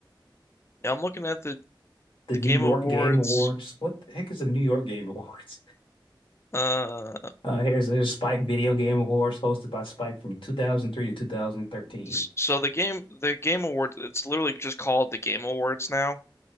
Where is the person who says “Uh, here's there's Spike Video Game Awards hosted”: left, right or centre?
Left